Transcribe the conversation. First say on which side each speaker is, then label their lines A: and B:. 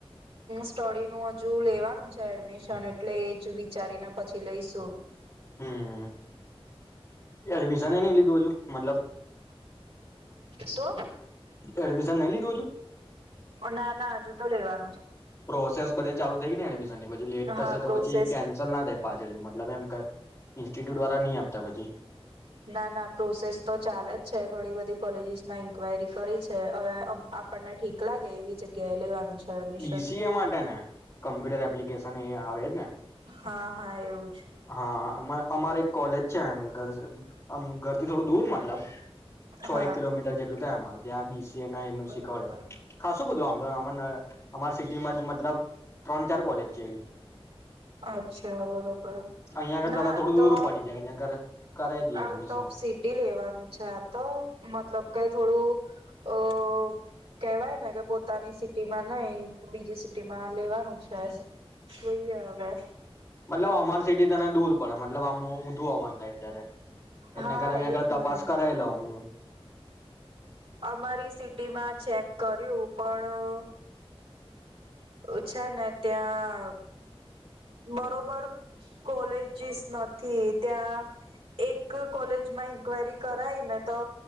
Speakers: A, on the right; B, on the left.
A: સ્ટડીનું હજુ લેવાનું છે એડમિશન એટલે એજ વિચારીને પછી લઈશું
B: હમ્ એડમિશન નઈ લીધું હજુ મતલબ
A: શું
B: એડમિશન નહી લીધું હજુ
A: ના ના હ જુ તો લેવાનો
B: પ્રોસેસ બધે ચાલુ થઈ ગ ને એડમિશ પછી લેટ થશે
A: હા પ્રોસેસ
B: તો પછી કેન્સલ ના થાય પાછળ મતલબ એમ ઇન્સ્ટિટ્યુટ દ્વારા નહી આપતા પછી
A: ના ના પ્રોસેસ તો ચાલે જ છે ઘણી બધી કોલેજીસ માં ઈનક્વાયરી કરી છે. અવે આપણને ઠીક લાગે એવી ગ લેવાનું છે એડમિશન
B: બીસીએ માટે ને કમ્પ્યુટર એપ્લિકેશન એ આવે ને
A: હા હા એવું જ
B: હા હા અ અમારે એક કોલેજ છે ઘર ઘરથી થોડું દૂર મતલબ છ
A: હા
B: એક કિલોમીટર જેટલું માં ત્યાં બીસ ના એનું
A: બરાબર
B: શીખવાડે છે ખ શું બધું આમ ન અમારા સિટીમાં જ મતલબ ત્રણ ચાર કોલેજ છે એવી
A: અચ્છા બરોબર
B: અહિયાં આગળ
A: ના
B: તને થોડું
A: તો
B: દૂર પડી જાય એને કર કરાવી દઈએ
A: આઉટ
B: એડમિશન
A: ઓફ સિટી લેવાનું છે આ તો મતલબ કે થોડું અ કેવાય ને કે પોતાની સિટી માં નઈ બીજી સિટીમાં લેવાનું છે. જોઈએ હવે
B: મતલબ અમારે સિટી તને દૂર પડે મતલબ આમ ઊંધું હોવાનું થાય અત્યારે એના
A: હા
B: કર અહીં આગળ
A: એજ
B: તપાસ
A: ને
B: કરાયેલો હ
A: અમારી સિટીમાં ચેક કર્યું પણ ઓછા ને ત્યાં બરોબર કોલેજીસ નથી ત્યાં એક કોલેજમાં ઇન્ક્વાયરી કરાય ને તો